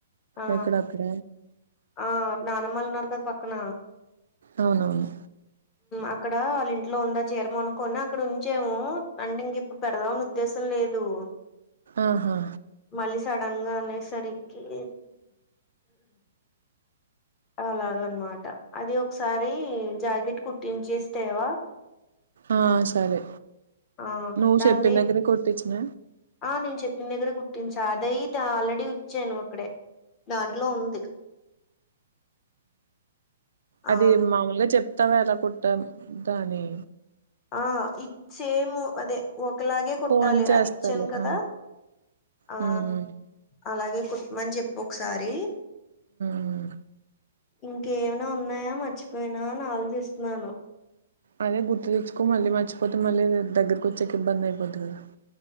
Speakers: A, on the left; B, on the right.
A: ఆ
B: ఎక్కడాక్కడ
A: ఆ నానమ్మలు ఉన్నారు కద పక్కన
B: అవునవును
A: అక్కడ వాళ్ళ ఇంట్లో ఉందా చీరమ అనుకొని అక్కడ ఉంచేము అంటే ఇంక ఇప్పుడు పెడదామని ఉద్దేశం లేదు లేదు
B: ఆహా
A: మళ్ళీ సడన్ గా అనేసరికి <inaudible> <inaudible> అలాగన్నమాట అది ఒకసారి జాకెట్ కుట్ంచేస్తే తేవా
B: ఆ సరే
A: ఆ
B: నువ్వు
A: దాడి
B: చెప్పిన దగ్గరే కొట్టించిన
A: ఆ నేను చెప్పిన దగ్గర గుర్తించ నాదైతే అయి ఆల్రెడీ వచ్చాను్ అక్కడే దాంట్లో ఉంది ఆ
B: అది మామల్గా చెప్తావు కదాఎలా కుట్టా దాని
A: హాయ్ ఇచ్చేము అదే ఒకలాగే కుట్టాలి
B: ఫోన్ చేస్తాలే
A: అది ఇచ్చాను కదా
B: ఆ
A: ఆ
B: హ్మ్ హ్మ్
A: అలాగే కుట్మని చెప్పుి ఒకసారి
B: హ్మ్.
A: ఇంకేమనా ఉన్నాయా మర్చిపోయినా అని ఆలోచిస్తున్నాను
B: అదే గుర్తు తెచ్చుకో మళ్ళీ మర్చిపోతే మళ్ళీ దగ్గరకు వచ్చాక ఇబ్బంది అయిపోద్ది కదా